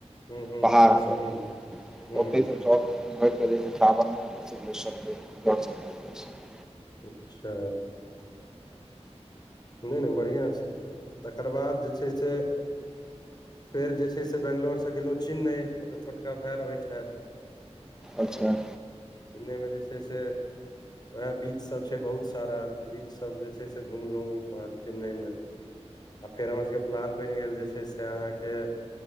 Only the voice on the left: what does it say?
हुँ, हुँ,
हुँ, हुँ, हुँ, हुँ,
अच्छा। नहि नहि बढ़िआ छै तकर बाद जे छै से। फेर जे छै से बेगलोर से गेलो चेन्नई ओते छोटका भाय रहय छै। छथि
हँ चिन्नइ मे जे छै से। वएह बीच सभ छै बहुत सारा बीच सभ जे छै से घुमलहु। उम्हर चेन्नइमे आ फेर हमर सभके प्लान बनि गेल जे छै से अहाँकेँ।